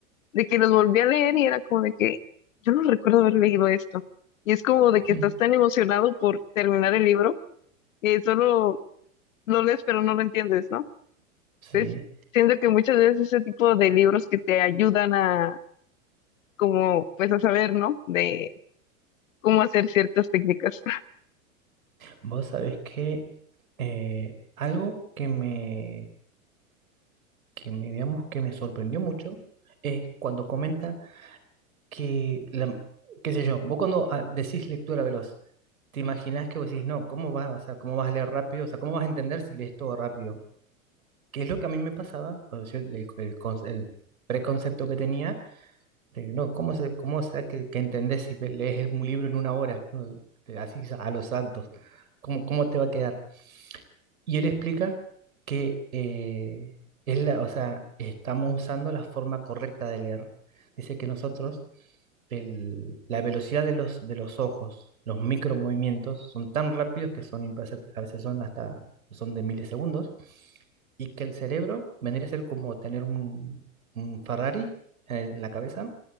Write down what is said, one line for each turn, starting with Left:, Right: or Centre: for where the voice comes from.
Left: de que los volví a leer y era como de que yo no recuerdo haber leído esto. Y es como de que
Right: ujú.
Left: estás tan emocionado por terminar el libro que solo lo lees pero no lo entiendes, ¿no?
Right: Sí.
Left: Entonces, siento que muchas veces ese tipo de libros que te ayudan a como pues a saber, ¿no? De cómo hacer ciertas técnicas. <laughs>
Right: Vos sabés que eh, algo que me que me, digamos, que me sorprendió mucho es cuando comenta que, la, qué sé yo, vos cuando ah, decís lectura veloz, te imaginás que vos decís, no, ¿cómo vas? O sea, ¿cómo vas a leer rápido? O sea, ¿cómo vas a entender si lees todo rápido? Que es lo que a mí me pasaba, o sea, el, el con- el preconcepto que tenía, de, no, ¿cómo, se, cómo será que, que entendés si lees un libro en una hora? ¿No? Así a los saltos ¿cómo, cómo te va a quedar? Y él explica que eh, es la, o sea, estamos usando la forma correcta de leer. Dice que nosotros, el- la velocidad de los, de los ojos, los micromovimientos, son tan rápidos que son imperceptibles, a veces son hasta, son de milisegundos, y que el cerebro vendría a ser como tener un, un Ferrari en la cabeza,